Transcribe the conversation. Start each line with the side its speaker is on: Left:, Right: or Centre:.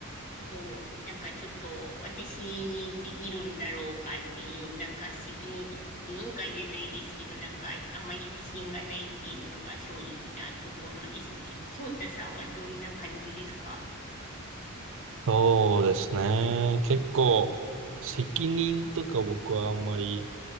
Left: そう、なんかちょっと私にできるんだろうかっていう、なんか責任、責任感じゃないですけど、なんかあまり自信がないっていうのが正直なところですね。翔太さんはどんな感じですか
Right: そうですね。結構、責任とか僕はあんまり、